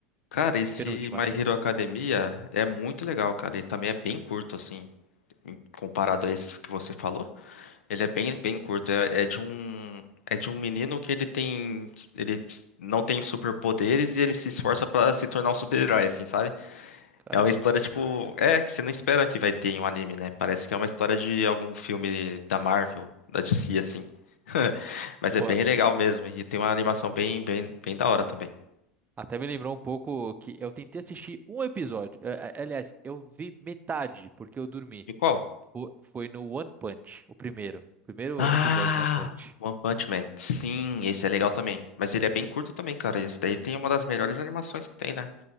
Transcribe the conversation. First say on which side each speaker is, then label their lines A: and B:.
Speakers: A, on the left; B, on the right.
A: Cara, esse
B: Penúltima,
A: My
B: né?
A: Hero Academia é muito legal, cara. Ele também é bem curto, assim, em- comparado a esses que você falou. Ele é bem, bem curto. É, é de um, é de um menino que ele tem, ele não tem superpoderes e ele se esforça pra se tornar um super-herói, assim, sabe?
B: Caramba.
A: É uma história tipo, é que você não espera que vai ter em um anime, né? Parece que é uma história de algum filme da Marvel, da DC, assim. <laughs> Mas é
B: Pô,
A: bem legal mesmo e tem uma animação bem, bem, bem da hora também.
B: até me lembrou um pouco que eu tentei assistir um episódio. Eh, eh, Aliás, eu vi metade porque eu dormi.
A: E qual?
B: Fo- Foi no One Punch, o primeiro. Primeiro
A: Ah,
B: episódio do One Punch.
A: One Punch Man. Sim, esse é legal também. Mas ele é bem curto também, cara. Esse daí tem uma das melhores animações que tem, né?